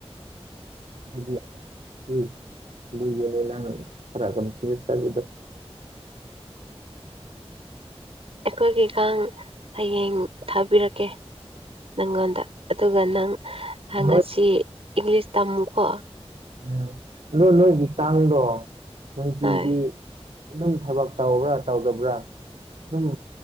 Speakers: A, on the right (about 80°); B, on the right (about 65°).
A: <unintelligible>
B: ꯑꯩꯈꯣꯏꯒꯤ ꯀꯪ ꯍꯌꯦꯡ ꯊꯥꯕꯤꯔꯛꯀꯦ ꯅꯪꯉꯣꯟꯗ ꯑꯗꯨꯒ ꯅꯪ ꯍ ꯉꯁꯤ
A: ꯅꯣꯏ
B: ꯏꯪꯂꯤꯁ ꯇꯝꯃꯨꯀꯣ
A: ꯎꯝ ꯑꯗꯣ ꯅꯣꯏꯒꯤ ꯀꯥꯡꯗꯣ ꯅꯨꯡꯇꯤꯒꯤ
B: ꯍꯣꯏ
A: ꯑꯗꯨꯝ ꯊꯕꯛ ꯇꯧꯕ꯭ꯔꯥ ꯇꯧꯗꯕ꯭ꯔꯥ ꯑꯗꯨꯝ